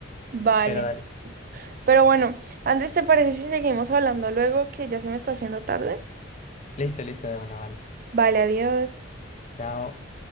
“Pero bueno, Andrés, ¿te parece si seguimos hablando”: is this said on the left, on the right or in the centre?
Right